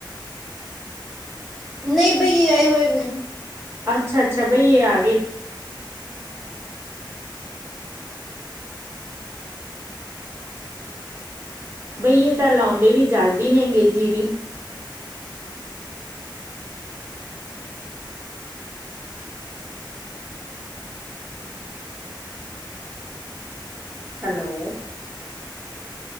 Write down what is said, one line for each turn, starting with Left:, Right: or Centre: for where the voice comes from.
Centre: ਨਹੀਂ ਬਈ ਆਏ ਹੋਏ ਨੇ
Right: ਅੱਛਾ-ਅੱਛਾ ਬਈ ਇਹ ਆ ਗਏ ਬਈਏ ਤਾਂ ਲਾਉਂਦੇ ਵੀ ਜਲਦੀ ਨੇ ਗੇ ਜੀਰੀ ਹੈਲੋ,